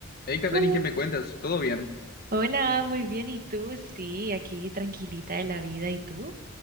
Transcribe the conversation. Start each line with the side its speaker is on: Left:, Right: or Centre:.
Left: Hey, Katani,
Right: Hola,
Left: ¿qué me cuentas? ¿Todo bien?
Right: Hola, muy bien. ¿Y tú? Sí, aquí tranquilita de la vida. ¿Y tú?